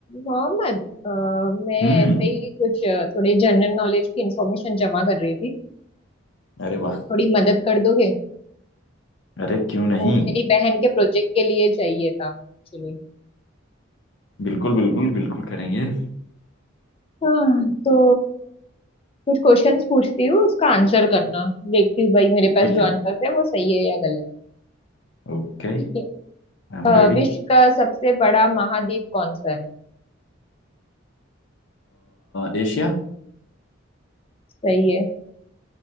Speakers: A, on the left (about 30°); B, on the left (about 65°).
A: मोहम्मद अ, मैं
B: हम्म
A: ऐसे ही कुछ अ, थोड़ी जनरल नॉलेज की इंफॉर्मेशन जमा कर रही थी
B: अरे वाह
A: तो थोड़ी मदद कर दोगे
B: अरे क्यों नहीं
A: वो मेरी बहन के प्रोजेक्ट के लिए चाहिए था एक्चुअली
B: बिल्कुल बिल्कुल बिल्कुल करेंगे
A: हाँ तो कुछ क्वेश्चंस पूछती हूँ उसका आंसर करना देखती हूँ भाई मेरे पास
B: ठीक
A: जो
B: है
A: आंसर है वो सही है या गलत
B: Okay
A: ठीक
B: I
A: है
B: am
A: अ,
B: ready
A: विश्व का सबसे बड़ा महाद्वीप कौन सा है
B: एशिया
A: सही है